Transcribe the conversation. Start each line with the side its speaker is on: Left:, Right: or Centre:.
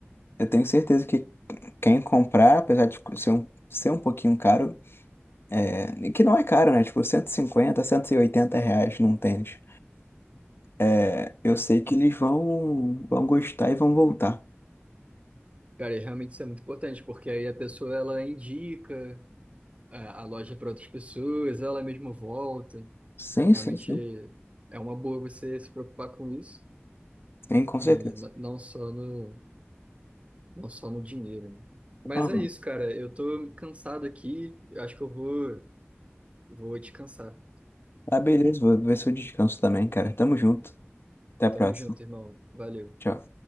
Left: eu tenho certeza que quem comprar, apesar de ser um, ser um pouquinho caro, é, e que não é caro, né? Tipo, cento cento e cinquenta cento e oitenta reais num tênis. É, eu sei que eles vão, vão gostar e vão voltar.
Right: Cara, e realmente isso é muito importante, porque aí a pessoa ela indica a, a loja para outras pessoas, ela mesma volta.
Left: Sim,
Right: Realmente
Left: sim, sim.
Right: é uma boa você se preocupar com isso
Left: Sim, com certeza.
Right: e n- não só no, não só no dinheiro, né? Mas
Left: Aham.
Right: é isso, cara. Eu tô cansado aqui. Acho que eu vou, vou descansar.
Left: Ah, beleza. Vou ver se eu descanso também, cara. Tamo junto. Até a
Right: Tamo
Left: próxima.
Right: junto, irmão. Valeu.
Left: Tchau.